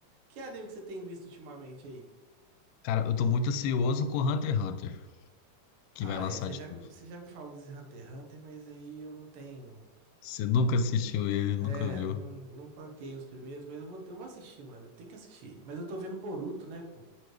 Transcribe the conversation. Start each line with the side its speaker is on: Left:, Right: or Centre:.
Right: Que anime que você tem visto ultimamente aí?
Left: Cara, eu tô muito ansioso com Hunter x Hunter, que
Right: Ah,
Left: vai lançar
Right: é, você
Left: de
Right: já, me-
Left: novo.
Right: você já me falou desse Hunter x Hunter, mas aí eu não tenho.
Left: Você nunca assistiu ele, nunca
Right: É,
Left: viu.
Right: não, não tanquei os primeiros, mas eu vou, eu vou assistir, mano. Eu tenho que assistir. Mas eu tô vendo Boruto, né, pô?